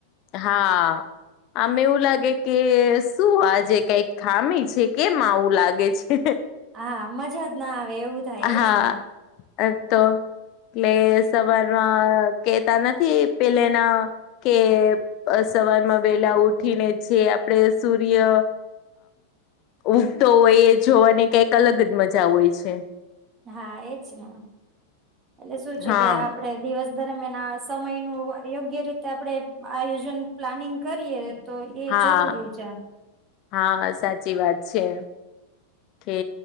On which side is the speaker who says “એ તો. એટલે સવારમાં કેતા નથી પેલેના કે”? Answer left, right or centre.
Left